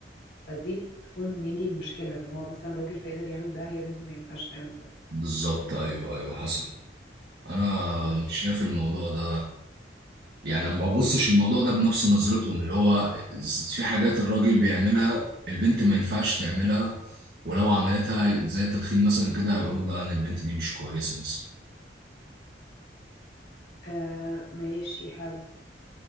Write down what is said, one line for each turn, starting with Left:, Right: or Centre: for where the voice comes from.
Left: فدي بتكون mainly المشكلة إن هو مثلا راجل فيقدر يعمل ده هي بنت ما ينفعش تعمل ده
Right: بالظبط أيوه أيوه حصل أنا
Left: أم.
Right: مش شايف الموضوع ده يعني ما ببصش الموضوع ده بنفس نظرتهم اللي هو ز- في حاجات الراجل بيعملها البنت ما ينفعش تعملها ولو عملتها زي التدخين مثلا كده هيقولوا لا انا البنت دي مش كويسه مثلا
Left: آه ماشي حلو